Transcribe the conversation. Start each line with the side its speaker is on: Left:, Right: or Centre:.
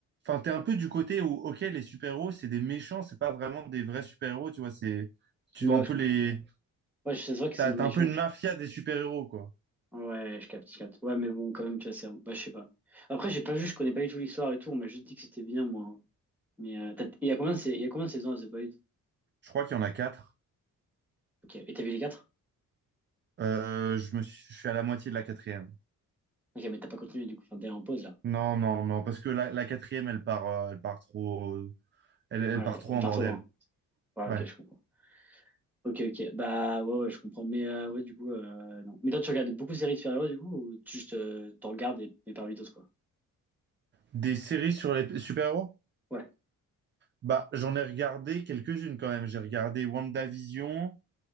Right: enfin, t'es un peu du côté où, ok, les super-héros, c'est des méchants, c'est pas vraiment des vrais super-héros, tu vois, c'est, tu
Centre: bah
Right: dois
Centre: ouais,
Right: un
Centre: je
Right: peu
Centre: comprends.
Right: les,
Centre: Ouais, je vrai qu'ils
Right: t'as,
Centre: sont de
Right: t'as
Centre: méchants.
Right: un peu une
Centre: je-
Right: mafia des super-héros, quoi.
Centre: Ouais, je capte, je capte. Ouais, mais bon, quand même, tu vois, c'est. un- Ouais, je sais pas. Après, j'ai pas vu, je connais pas du tout l'histoire et tout. On m'a juste dit que c'était bien, moi. hein. Mais euh, t'as- il y a combien de sais- il y a combien de saisons à The Boys?
Right: Je crois qu'il y en a quatre.
Centre: Ok, et t'as vu les quatre?
Right: Euh, je me suis, je suis à la moitié de la quatrième.
Centre: Ok, mais t'as pas continué du coup, enfin, t'es en pause là.
Right: Non, non, non, parce que la, la quatrième, elle part, euh, elle part trop, elle, elle
Centre: Ouais,
Right: part trop
Centre: elle
Right: en
Centre: part
Right: bordel.
Centre: trop loin. Ouais,
Right: Ouais.
Centre: ok, je comprends. Ok, ok, bah ouais, ouais, je comprends. Mais euh, ouais, du coup, euh, non. Mais toi, tu regardes beaucoup de séries de super-héros du coup, ou tu juste euh, t'en regardes et, et par vitos quoi?
Right: Des séries sur les super-héros?
Centre: Ouais,
Right: Bah, j'en ai regardé quelques-unes quand même. J'ai regardé WandaVision,